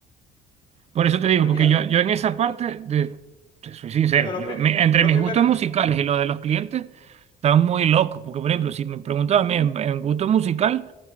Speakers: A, on the right; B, on the left.
A: Por eso te digo,
B: Pero
A: porque
B: ya,
A: yo, yo en esa parte, de, te soy sincero,
B: bueno, lo,
A: yo,
B: pri-
A: mi- entre
B: lo
A: mis
B: primero,
A: gustos musicales y los de los clientes, están muy locos. Porque, por ejemplo, si me preguntas a mí en, en gusto musical,